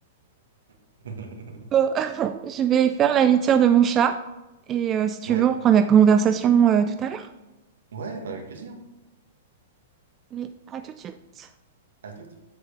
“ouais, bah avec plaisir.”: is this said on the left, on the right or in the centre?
Right